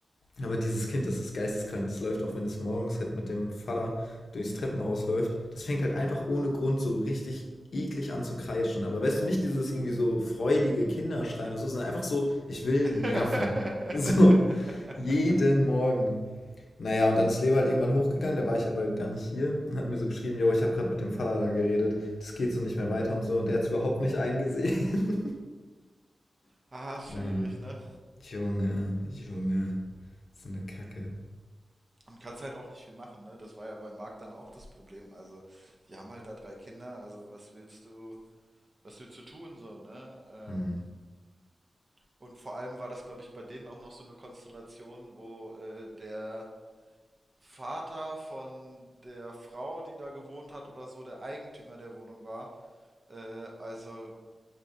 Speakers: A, on the left; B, on the right.
A: aber dieses Kind, das ist geisteskrank. Das läuft, auch wenn das morgens halt mit dem Vater durchs Treppenhaus läuft. Das fängt halt einfach ohne Grund so richtig eklig an zu kreischen. Aber weißt du, nicht dieses irgendwie so freudige Kinderschreien oder so, sondern einfach so, ich will
B: <laughs>
A: nerven. <laughs> So, jeden Morgen. Na ja, und dann ist Leo halt irgendwann hochgegangen, da war ich aber gar nicht hier und hat mir so geschrieben, jo, ich habe gerade mit dem Vater da geredet, das geht so nicht mehr weiter und so und der hat's überhaupt nicht eingesehen. <laughs>
B: ah, schwierig,
A: Ja,
B: ne?
A: Junge, Junge, so eine Kacke.
B: Und kannst halt auch nicht viel machen, ne? Das war ja beim Markt dann auch das Problem. Also, die haben halt da drei Kinder, also was willst du, was willst du tun, so, ne? Ähm,
A: Hm.
B: Und vor allem war das, glaube ich, bei denen auch noch so eine Konstellation, wo äh, der Vater von der Frau, die da gewohnt hat oder so, der Eigentümer der Wohnung war. Äh, also,